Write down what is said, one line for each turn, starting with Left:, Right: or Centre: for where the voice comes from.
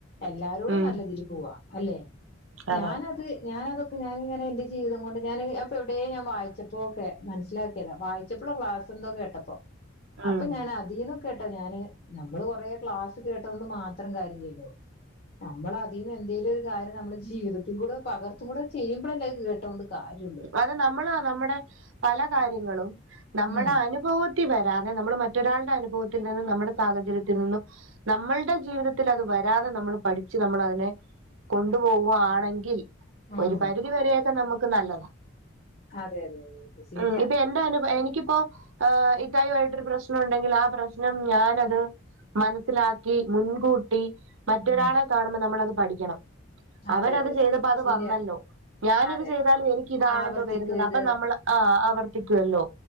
Left: എല്ലാരോടും
Right: ഉം
Left: നല്ലതിൽ പോവാ അല്ലെ ഞാനത്
Right: അതെ
Left: ഞാനതൊക്കെ ഞാനിങ്ങന എന്റെ ജീവിതം കൊണ്ട്ഞൻ അപ്പ എവിടെയ ഞാൻ വായിച്ചപ്പോ അപ്പോക്കെ മനസ്സിലാക്കിയതാ വായിച്ചപ്പോള ക്ലാസ് എന്തോ കേട്ടപ്പോ അപ്പൊ
Right: ഉം
Left: ഞാൻ അതീന്ന് കേട്ടോ ഞാന് നമ്മള് കൊറ ക്ലാസ്സ് കേട്ടൊണ്ട് മാത്രം കാര്യല്ലോ നമ്മള അതിന് എന്തേലും ഒരു കാര്യം നമ്മള് ജീവിതൽ കൂടെ പകർത്തും കൂടെ ചെയ്യുമ്പോഴല്ലേക്ക് കേട്ടത് കൊണ്ട് കാര്യൊള്ളു
Right: അത് നമ്മള നമ്മുടെ പല കാര്യങ്ങളും നമ്മുടെ
Left: ഉം
Right: അനു അനുഭവത്തി വരാതെ നമ്മള് മറ്റൊരാളുടെ അനുഭവത്തിൽ നിന്നും നമ്മുടെ സാഹചര്യത്തിൽ നിന്നും നമ്മളുടെ ജീവിതത്തിൽ അത് വരാതെ നമ്മൾ പഠിച്ച് നമ്മൾ അതിനെ കൊണ്ടു പോവാണെങ്കിൽ
Left: ഉം
Right: ഒരു പരിധി വരെയൊക്കെ
Left: അതെ
Right: നമുക്ക് നല്ലതാണ്
Left: അതെ അതെ അതെ ശരിയാണ്
Right: ഉം ഇത് എന്റെ അനുബ എനിക്കിപ്പോ ആഹ് ഇത്തായിമായിട്ടരു പ്രശ്നം ഉണ്ടെങ്കിൽ ആ പ്രശ്നം ഞാനത് മനസ്സിലാക്കി മുൻകൂട്ടി മറ്റൊരാളെ
Left: ഉം
Right: കാണുമ്പോൾ നമ്മളത് പഠിക്കണം
Left: അതെ
Right: അവരത്
Left: അതെ
Right: ചെയ്തപ്പോ
Left: അതെ അതെ
Right: അത്
Left: ശരിയാണ്
Right: വന്നല്ലോ ഞാനിത്
Left: അതെ
Right: ചെയ്താലും എനിക്കിതാണല്ലോ
Left: ആവർത്തിക്കരുത്
Right: വരുന്നത് അപ്പൊ ന ആ് ആവർത്തിക്കുവല്ലോ